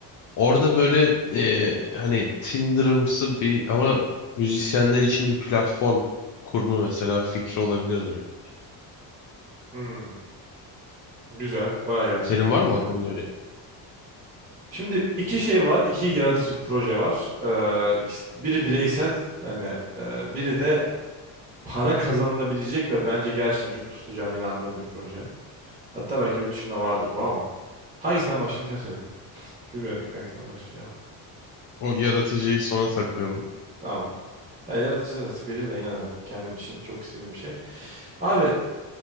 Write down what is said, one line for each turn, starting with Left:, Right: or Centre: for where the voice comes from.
Left: Orada böyle ee, hani Tinder'ımsı bir ama müzisyenler için bir platform kurma mesela fikri olabilirdi benim.
Right: Hmm, güzel. Bayağı yaratıcı
Left: Senin
Right: bir proje.
Left: var mı aklında öyle
Right: Şimdi iki şey var. iki yaratıcı proje var. Ee, ikisi- biri bireysel hani e, biri de para kazanılabilecek ve bence gerçekten çok tutacağına inandığım bir proje. Hatta belki yurt dışında vardır bu ama. Hangisinden başlayayım sen söyle. Bilmiyorum çünkü hangisinden başlayacağım.
Left: O yaratıcıyı sona saklayalım.
Right: Tamam. Ya, yaratıcı da sıkıcı da yine de kendim için çok istediğim bir şey. Abi